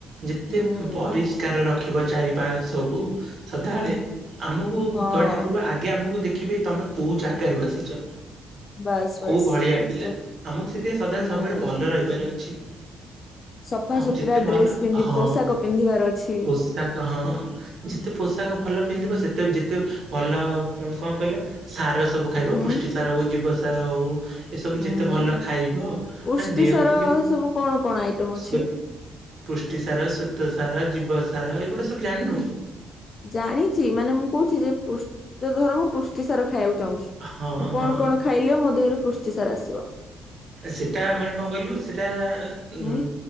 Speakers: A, on the right; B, on the left.
A: ଯେତେ
B: ହୁଁ
A: ପରିସ କାର ରଖିବ ଚାରି ପାର୍ଶ୍ୱକୁୁ ସଦାବେଳେ ଆମକୁ
B: ହଁ
A: ଗଢିବା ପୂର୍ବରୁ ଆଗ ଆଗେ ଆମକୁ ଦେଖିବେ ତମେ କୋଉ ଜାଗାରୁ ଆସିଛ।
B: ବାସ୍ ବାସ୍
A: କୋଉ ଭଳିଆ
B: ଏକ୍ଜାକ୍ଟଲି।
A: ପିଲା ଆମକୁ ସେଥିପାଇଁ ସଦାବେଳେ
B: ହୁଁ
A: ସବୁବେଳେ ଭଲ ରହିବାର ଅଛି।
B: ସଫାସୁତୁରା
A: ହଁ ଯେତେ ଭଲ
B: ଡ୍ରେସ ପିନ୍ଧି
A: ହଁ
B: ପୋଷାକ ପିନ୍ଧିବାର ଅଛି
A: ପୋଷାକ ହଁ ଯେତେ ପୋଷାକ ଭଲ ପିନ୍ଧିବ ସେତେ ଯେତେ ଭଲ ଉଁ କଣ କହିଲ ସାରସ ସବୁ ଖାଇବ
B: ହୁଁ
A: ପୁଷ୍ଟିସାର ହଉ ଜୀବସାର ହଉ। ଏସବୁ
B: ହୁଁ
A: ଯେତେ ଭଲ ଖାଇବ ମାନେ
B: ପୁଷ୍ଟି
A: ଦେହକୁ
B: ସାର
A: ଯେମିତି
B: ସବୁ କଣ କଣ ଆଇଟମ ଅଛି
A: ସେତ ପୣଷ୍ଟିସାର, ସ୍ୱେତସାର, ଜୀବସାର ଏଇଗୁଡ଼ା ସବୁ ଜାଣିନୁ?
B: ଜାଣିଛି ମାନେ ମୁଁ କହୁଛି ଯେ ପୃଷ୍ ଯେ ଧର ମୁଁ ପୃଷ୍ଟିସାର ଖାଇବାକୁ ଚାହୁଁଛି
A: ହଁ
B: ମୁଁ କଣ
A: ହଁ
B: କଣ ଖାଇଲେ ମୋ ଦେହରେ ପୣଷ୍ଟିସାର ଆସିବ?
A: ସେଟା ମାନେ କଣ କହିଲୁ ସେଟା ଉ
B: ହୁଁ